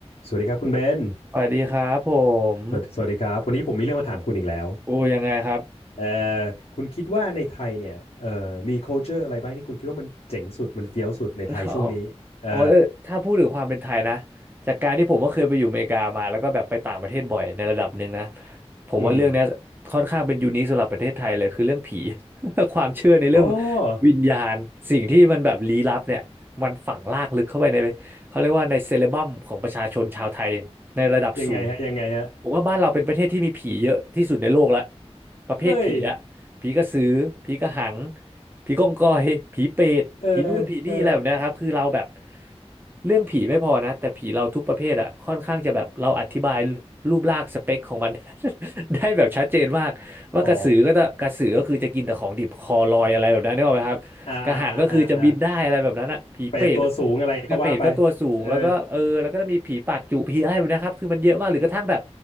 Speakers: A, on the left; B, on the right.
A: สวัสดีครับคุณเบน
B: สวัสดีครับผม
A: สวัสสวัสดีครับวันนี้ผมมีเรื่องมาถามคุณอีกแล้ว
B: โอ้ยังไงครับ
A: เอ่อคุณคิดว่าในไทยเนี่ยเอ่อมี culture อะไรบ้างที่คุณคิดว่ามันเจ๋งสุดมันเฟี้ยวสุดในไทยช่วงนี้เออ
B: อ๋ออ๋อเออถ้าพูดถึงความเป็นไทยนะจากการที่ผมก็เคยไปอยู่อเมริกามาแล้วก็แบบไปต่างประเทศบ่อยในระดับหนึ่งนะผมว่าเรื่องเนี้ยค่อนข้างเป็นยูนิคสำหรับประเทศไทยเลยคือเรื่องผี
A: อืม
B: <laughs> ความเชื่อในเรื่อง
A: อ๋อ
B: วิญญาณสิ่งที่มันแบบลี้ลับเนี่ยมันฝังรากลึกเข้าไปในเขาเรียกว่าในเซเลบัมของประชาชนชาวไทยในระดับสูง
A: ยังไงฮะยังไงฮะ
B: ผมว่าบ้านเราเป็นประเทศที่มีผีเยอะที่สุดในโลกละประเภทผีอะ
A: เฮ้ย
B: ผีกระสือ ผีกระหัง ผีกองกอย ผีเปรตผีนู่นผีนี่อะไรแบบเนี้ยครับคือเราแบบ
A: เออเออ
B: เรื่องผีไม่พอนะแต่ผีเราทุกประเภทอะค่อนข้างจะแบบเราอธิบายรูปร่างสเปคของมัน <laughs> ได้แบบชัดเจนมากว่ากระสือก็จะกระสือก็คือจะกินแต่ของดิบคอลอยอะไรแบบนั้นนึกออกไหมครับกระหังก็คือจะบินได้อะไรแบบนั้นอะผีเปรต
A: อ๋ออ่าอ่าอ่าอ่าอ่าไปตัวสูงอะไรก็ว่าไป
B: กระเป็ดก็ตัวสูงแล้วก็เออแล้วก็จะมีผีปากจุผีอะไรแบบเนะครับคือมันเยอะมากหรือกระทั่งแบบ
A: เออ